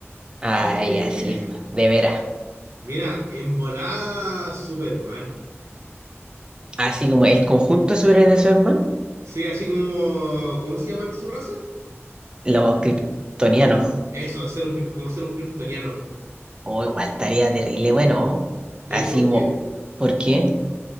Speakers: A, on the right; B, on the right.
A: Ay,
B: Eh,
A: así es, de veras.
B: <laughs> mira, en volada Superman.
A: Así como el conjunto de superhéroes de Superman.
B: Sí, así como, ¿cómo se llama su raza?
A: Los kryptonianos.
B: Eso, ser un, cri- como ser un kryptoniano.
A: O igual estaría terrible, bueno.
B: ¿Sabéis
A: Así
B: por
A: como,
B: qué?
A: ¿por qué?